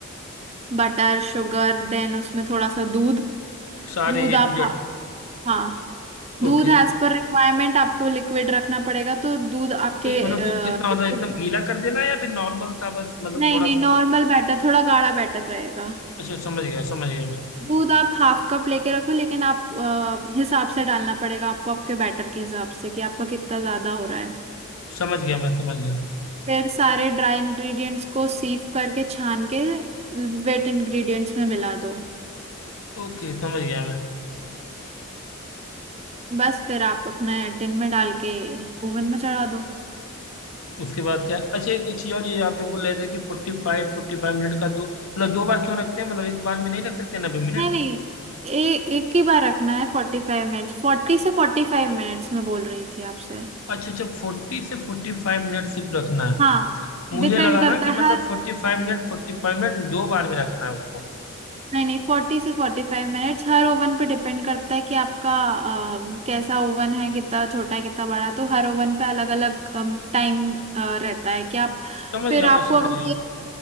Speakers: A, on the right; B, on the left.
A: बटर शुगर देन उसमें थोड़ा सा दूध
B: सारे
A: दूध
B: ए
A: आप
B: टू जेड
A: हाँ हाँ
B: ओके
A: दूध
B: तो
A: एज पर रिक्वायरमेंट आपको लिक्विड रखना पड़ेगा तो दूध आपके
B: ए, मतलब दूध कितना
A: लिक्विड
B: मतलब एकदम गीला कर देना है या फिर नॉर्मल सा बस मतलब
A: नहीं
B: थोड़ा
A: नहीं
B: सा
A: नॉर्मल बैटर थोड़ा गाढ़ा बैटर रहेगा
B: अच्छा समझ गया समझ गया मैं
A: दूध आप हाफ कप लेके रखो लेकिन आप अ, हिसाब से डालना पड़ेगा आपको आपके बैटर के हिसाब से कि आपका कितना ज्यादा हो रहा है
B: समझ गया मैं समझ गया
A: फिर सारे ड्राई इंग्रेडिएंट्स को सीव करके छान के वेट इंग्रेडिएंट्स में मिला दो
B: ओके समझ गया मैं
A: बस फिर आप अपने टिन में डाल के ओवन में चढ़ा दो
B: उसके बाद क्या अच्छा एक चीज और ये आप जो बोल रहे थे कि फोर्टी फाइव फोर्टी फाइव मिनट का दो मतलब दो बार क्यों रखते हैं मतलब एक बार में नहीं रख सकते नब्बे मिनट
A: नहीं नहीं ए, एक ही बार रखना है फोर्टी फाइव मिनट्स फोर्टी से फोर्टी फाइव मिनट्स में बोल रही थी आपसे
B: अच्छा अच्छा फोर्टी से फोर्टी फाइव मिनट सिर्फ रखना है
A: हाँ
B: मुझे
A: डिपेंड
B: लगा
A: करता
B: ना
A: है
B: कि मतलब
A: हर
B: फोर्टी फाइव मिनट फोर्टी फाइव मिनट दो बार में रखना है उसको
A: नहीं नहीं फोर्टी से फोर्टी फाइव मिनट्स हर ओवन पे डिपेंड करता है कि आपका अ, कैसा ओवन है कितना छोटा है कितना बड़ा है, तो हर ओवन पे अलग अलग टाइम रहता है कि आप
B: समझ
A: फिर
B: गया
A: आपको
B: मैं समझ
A: अगर
B: गया